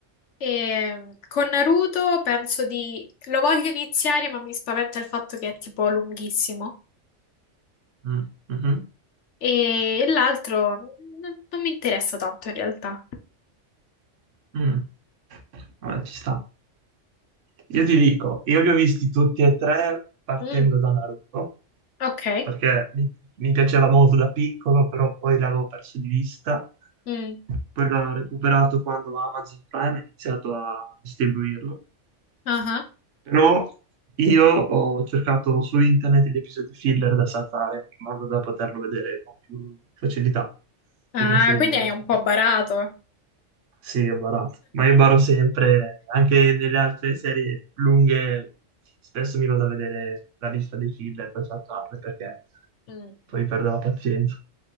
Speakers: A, on the left; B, on the right.
A: E con Naruto penso di... lo voglio iniziare, ma mi spaventa il fatto che è tipo lunghissimo.
B: Mm, mhm,
A: E l'altro n- non mi interessa tanto in realtà.
B: mm. Vabbè, ci sta. Io ti dico, io li ho visti tutti e tre partendo
A: Mm,
B: da Naruto
A: ok.
B: perché mi, mi piaceva molto da piccolo, però poi l'avevo perso di vista.
A: Mm,
B: Poi l'ho recuperato quando Amazon Prime ha iniziato a distribuirlo.
A: ah ah.
B: Però io ho cercato su internet gli episodi filler da saltare, in modo da poterlo vedere con più facilità.
A: Ah,
B: Ti consiglio
A: quindi
B: di vederlo.
A: hai un
B: in
A: po'
B: questo-
A: barato.
B: Sì, ho barato. Ma io baro sempre, anche nelle altre serie lunghe, spesso mi vado a vedere la lista dei filler per saltarle, perché
A: Mm.
B: poi perdo la pazienza.